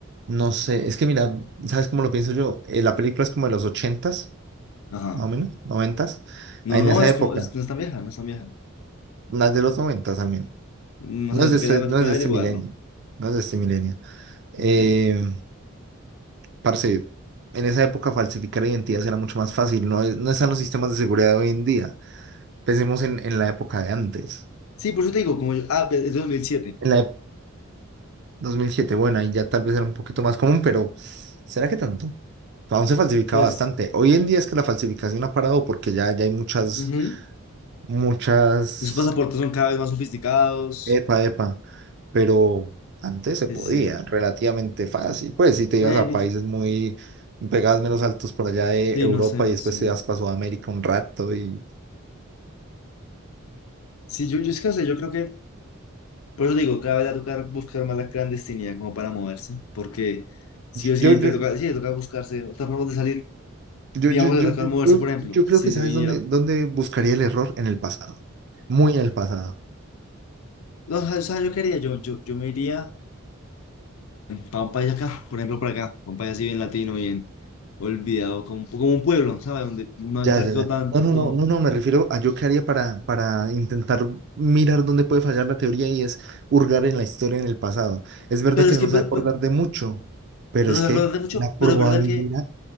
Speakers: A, on the right (about 55°); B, on the left (about 80°).
A: no sé, es que mira, ¿sabes cómo lo pienso yo? Eh, la película es como de los ochentas,
B: Ajá.
A: más o menos, noventas,
B: No,
A: en
B: no, no,
A: esa
B: es
A: época,
B: como, es- no es tan vieja, no es tan vieja.
A: las de los noventas al menos.
B: No
A: No
B: sé, me
A: es
B: tocaría,
A: de este,
B: me
A: no
B: tocaría
A: es de
B: averiguarlo.
A: este milenio, no es de este milenio. Eh,
B: Ok.
A: parce, en esa época falsificar identidades era mucho más fácil, no, es- no están los sistemas de seguridad de hoy en día. Pensemos en, en la época de antes.
B: Sí, por eso te digo, como yo- ah, es 2007.
A: En la, dos mil siete bueno, ahí ya tal vez era un poquito más común, pero ¿será que tanto? Aún se falsificaba
B: Pues,
A: bastante. Hoy en día es que la falsificación ha parado porque ya, ya hay muchas,
B: ujú.
A: muchas,
B: Los pasaportes son cada vez más sofisticados.
A: epa, epa, pero antes se
B: Sí,
A: podía
B: sí, sí.
A: relativamente fácil. Pues si te
B: Maybe.
A: ibas a países muy, pegabas menos altos por allá de
B: Sí,
A: Europa
B: no sé, no
A: y después
B: sé.
A: te ibas para Sudamérica un rato y
B: Sí, yo, yo es que no sé, yo creo que Por eso digo, cada vez va a tocar buscar más la clandestinidad como para moverse, porque sí o sí
A: yo,
B: te
A: yo,
B: toca, sí, te toca buscarse otra forma de salir,
A: yo,
B: digamos,
A: yo, yo,
B: de tocar
A: yo,
B: moverse,
A: yo
B: por ejemplo,
A: yo
B: si
A: creo que sabes
B: se viniera,
A: dónde, dónde buscaría el error en el pasado, muy en el pasado.
B: no, o sea, yo quería, yo, yo, yo me iría para un país acá, por ejemplo, para acá, pa' un país así bien latino, bien olvidado, como, como un pueblo, ¿sabes? Donde no hay
A: Ya,
B: tráfico
A: ya, ya.
B: tanto,
A: No, no, no, no, no, me refiero a yo qué haría para, para intentar mirar dónde puede fallar la teoría y es hurgar en la historia, en el pasado. Es verdad
B: pero
A: que
B: es
A: no
B: que, pero,
A: se va a acordar
B: pero,
A: de mucho, pero
B: pero
A: es
B: nos
A: que
B: acordamos de mucho,
A: la probabilidad
B: pero es verdad que,